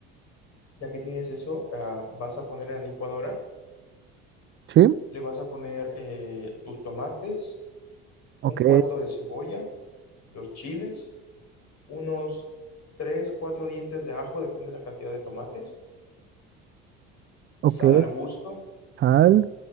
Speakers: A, on the left (about 60°); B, on the right (about 40°).
A: ya que tienes eso, ah, vas a poner en la licuadora,
B: Sí,
A: le vas a poner eh, tus tomates,
B: ok,
A: un cuarto de cebolla, los chiles unos tres, cuatro dientes de ajo, depende de la cantidad de tomates,
B: ok.
A: sal al gusto,
B: tal.